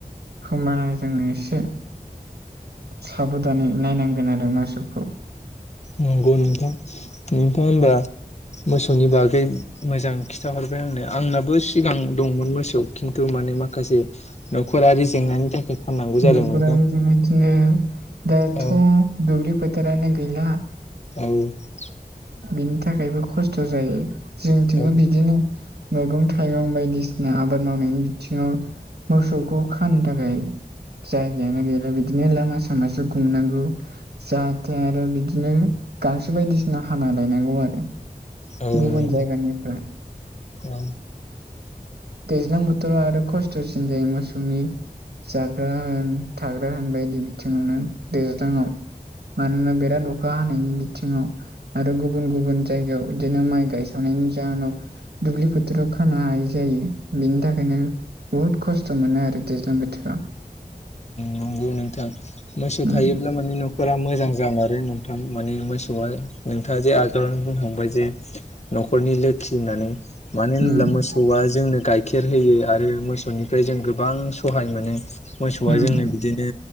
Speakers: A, on the right; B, on the left.
A: होनबाना जोंनो एसे साबोदानै नायनांगोन आरो मोसौखौ
B: नंगौ नोंथां नोंथाङा होनबा मोसौनि बागै मोजां खिन्थाहरबाय आंनो आंनाबो सिगां दंमोन मोसौ खिन्थु माने माखासे नखरारि जेंनानि थाखाय फाननांगौ जादों
A: न'खराबो
B: नोंथां
A: जोंना इदिनो दाथ'
B: औ
A: दुब्लि फोथारानो गैला
B: औ
A: बिनि थाखायबो खस्थ' जायो जोंथिंबो
B: औ
A: बिदिनो मैगं थाइगं बायदिसिना आबाद मावनायनि बिथिङाव मोसौखौ खानो थाखाय जायगायानो गैला बिदिनो लामा सामासो गुमनांगौ जाहाथे आरो बिदिनो गांसो बायदिसिना हाना लायनांगौ आरो
B: औ
A: गुबुन
B: नंगौ
A: जायगानिफ्राय
B: औ
A: दैज्लां बोथोराव आरो खस्थ'सिन जायो मोसौनि जाग्रा होन थाग्रा होन बायदि बिथिङावनो दैज्लाङाव मानोना बेराद अखा हानायनि बिथिङाव आरो गुबुन गुबुन जायगायाव बिदिनो माइ गायसावनायनि जाहोनाव दुब्लि फोथोराव खानो हायि जायो बिनि थाखायनो बुहुद खस्थ' मोनो आरो दैज्लां बोथोराव
B: नंगौ नोंथां मोसौ
A: उम
B: थायोब्ला माने न'खरा मोजां जामारो नोंथां माने मोसौआ नोंथाङा जे आगोलावनो बुंखांबाय जे न'खरनि लोखि होननानै मानो होनब्ला
A: उम
B: मोसौआ जोंनो गाइखेर होयो आरो मोसौनिफ्राय जों गोबां सहाय मोनो मोसौआ
A: उम
B: जोंनो बिदिनो